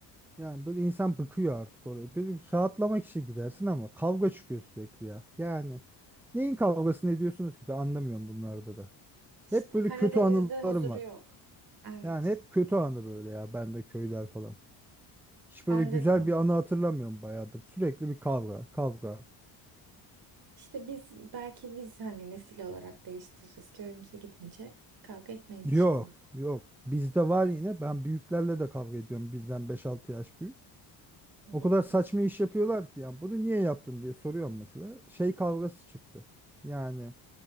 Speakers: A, in the centre; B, on the right.
A: yani böyle insan bıkıyor artık oraya. Böyle bir rahatlamak için gidersin ama kavga çıkıyor sürekli ya. Yani neyin kavgasını ediyorsunuz ki? Ben anlamıyorum bunlarda da.
B: İşte
A: Hep böyle
B: Karadeniz'de
A: kötü anılarım
B: huzuru
A: var.
B: yok. Evet.
A: Yani hep kötü anı böyle ya ben de köyler falan. Hiç böyle
B: Bende
A: güzel
B: de.
A: bir anı hatırlamıyorum bayağıdır. Sürekli bir kavga, kavga.
B: İşte biz belki biz hani nesil olarak değiştiririz. Köyümüze gidince kavga etmeyiz
A: Yok,
B: inşallah.
A: yok. Bizde var yine. Ben büyüklerle de kavga ediyorum. Bizden beş altı yaş büyük.
B: Hmm.
A: O kadar saçma iş yapıyorlar ki yani bunu niye yaptın diye soruyorum mesela. Şey kavgası çıktı. Yani